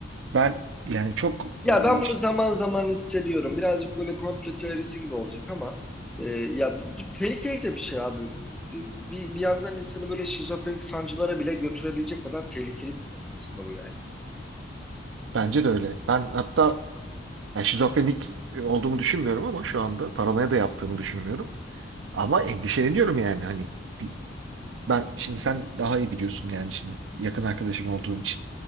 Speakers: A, on the right (about 85°); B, in the centre.
A: Ben yani çok
B: ya
A: e,
B: ben
A: işte,
B: bunu zaman zaman hissediyorum. Birazcık böyle komplo teorisi gibi olacak ama e, ya bu, tehlikeli de bir şey abi. Bir, bir, bir yandan insanı böyle şizofrenik sancılara bile götürebilecek kadar tehlikeli bir konu aslında bu yani.
A: bence de öyle. Ben hatta yani şizofrenik e, olduğumu düşünmüyorum ama şu anda paranoya da yaptığımı düşünmüyorum. Ama endişeleniyorum yani hani bir Ben şimdi sen daha iyi biliyorsun yani şimdi yakın arkadaşım olduğun için.